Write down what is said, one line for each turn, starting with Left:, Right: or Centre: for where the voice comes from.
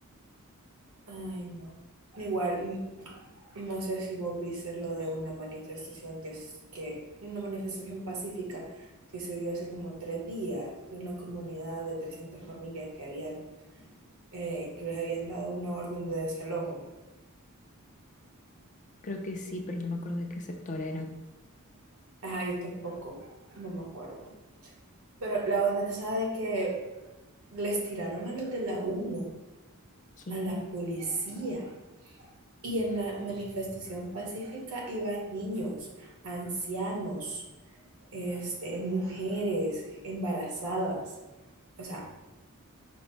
Right: Ay, no. Igual, no sé si vos viste lo de una manifestación que es que, una manifestación pacífica que se dio hace como tres días de una comunidad de 300 familias que habían, eh, que les habían dado una orden de desalojo.
Left: Creo que sí, pero no me acuerdo de qué sector era.
Right: Ajá, yo tampoco, no me acuerdo. Pero la onda esa de que les tiraron a los de la humo,
Left: Aquí.
Right: a la policía. Y en la manifestación pacífica iban niños, ancianos, este, mujeres embarazadas. O sea,